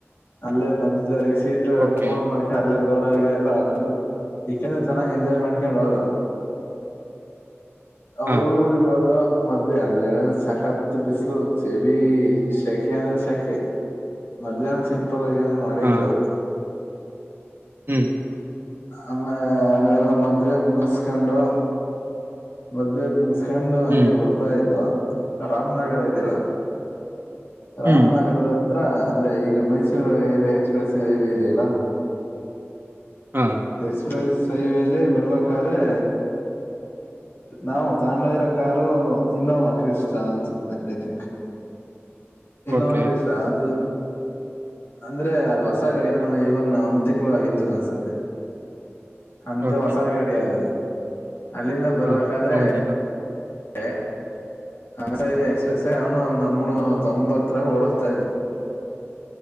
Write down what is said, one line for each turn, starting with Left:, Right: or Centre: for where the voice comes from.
Left: ಅಲ್ಲೇ ಮದ ಸೀಟ್
Right: ಓಕೆ
Left: ಎಲ್ಲ ಫೋನ್ ಮಾಡ್ ಅಲ್ಲೇ ದೋಡ ಗಿಡ ಎಲ್ಲ ಇ ಚೆನ್ನ ಎಂಜಾಯಯ್ ಮಾಡಿಕೊಂಡ ಹದ ಅವ್ರ
Right: ಹಾ
Left: ಊರಿಗೆ ಹದ ಮದೆ ಅಲ್ಲೆಲ್ಲಲ್ಲ ಸಕತ್ ಬಿಸ್ಲು ಸೇಬಿ ಸೆಖೆ ಅಂದ್ರೆ ಸೆಕೆ ಮಧ್ಯಾಹ್ನ ಸಿಂಪಲ್ ಆಗಿ ಏನ್ ಮಾಡಿದ್ರು
Right: ಹಾ ಹ್ಮ್
Left: ಆಮ್ಮೇ ಎಲ್ಲೆಲ್ಲ ಮದುವೆ ಮುಗಿಸಿಕೊಂಡು ಮದೆ ಮು ಉಸ್ಕಂಡು ಹಂಗೆ
Right: ಹ್ಮ್
Left: ಬರ್ತಾ ಇದ್ದು ರಾಮ್ನಗರ ಇದ್ದೀರಾ ರಾಮನಗರದ
Right: ಹ್ಮ್
Left: ಹತ್ರ ಅಂದ್ರೆ ಈಗ ಮೈಸೂರು ಇ ಎಕ್ಸ್ಪ್ರೆಸ್ ಇವೆ ಇದೆಯಲ್ಲ
Right: ಹಾ
Left: ಎಕ್ಸ್ಪ್ರೆಸ್ ಹೈವಲ್ಲಿ ಬರ್ಬೇಕಾದ್ರೆ ನಾವು ತಾಂಡಯರ ಕಾರು ಇನ್ನೋವಾ ಕ್ರಷ್ಟ ಅನ್ಸುತ್ತೆ ಐ ತಿಂಕ್ ಇನ್ನಶ್ರೀಸ
Right: ಓಕೆ
Left: ಅದು ಅಂದ್ರೆ ಅದು ಹೊಸಗಡೆ ಇನ್ನು ಇವನ್ ಒಂದ್ ತಿಂಗಳು ಆಗಿತಿಿಲ್ಲ ಅನ್ಸುತ್ತೆ ಅಂತ
Right: ಓಕೆ
Left: ಹೊಸ ಗಾಡಿ ಅದು ಅಲ್ಲಿಂದ ಬರ್ಬೇಕಾದ್ರೆ
Right: ಹಾ ಹೌದೇನಾ
Left: ಹ ಅ ಎಕ್ಸ್ಪ್ರೆಸ್ ಅವಾನು ಒಂದ್ ನಮ್ಮಡ್ಗ ಒ ತೊಂಬತ್ತರ ಓಡಸ್ತಾ ಇದೆ